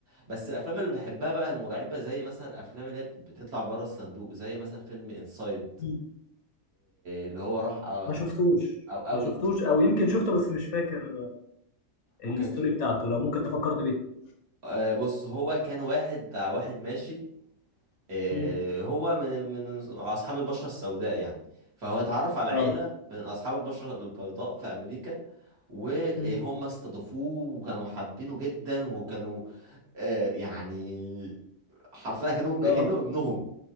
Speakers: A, on the right (about 70°); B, on the left (about 65°).
A: بس الافلام اللي بحبها بقى المرعبه زي مثلا الافلام اللي هي بتطلع بره الصندوق زي مثلا فيلم انسايد
B: مم.
A: اللي هو راح آه،
B: ما
A: مش
B: شفتوش
A: او اوت
B: ما شفتوش أو يمكن شفته بس مش فاكر الستوري
A: وكان في
B: بتاعته لو ممكن تفكرني بيه
A: آه، بص هو كان واحد واحد ماشي آه،
B: مم.
A: هو من من اصحاب البشره السوداء يعني فهو اتعرف على عيله
B: اه
A: من اصحاب البشره البيضاء في امريكا وهم
B: مم.
A: استضافوه وكانوا حابينه جدا وكانوا آه، يعني حرفيا كانوا
B: اه
A: كانه ابنهم